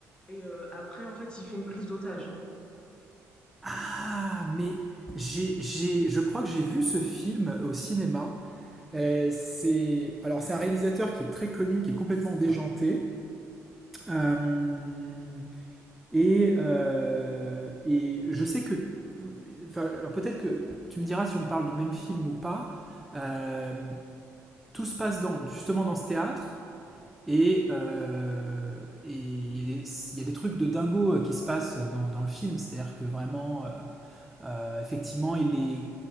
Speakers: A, on the left; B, in the centre.
A: et heu, après, en fait, il fait une prise d'otage.
B: Ah, mais j'ai, j'ai, je crois que j'ai vu ce film au cinéma. Euh, c'est, alors c'est un réalisateur qui est très connu, qui est complètement déjanté. Euh, et, euh, et je sais que, enfin, alors peut-être que tu me diras si on parle du même film ou pas. Euh, tout se passe dans, justement dans ce théâtre. Et euh, et il y, a des- il y a des trucs de dingo euh, qui se passent dans, dans le film, c'est-à-dire que vraiment, euh, euh, effectivement, il, les,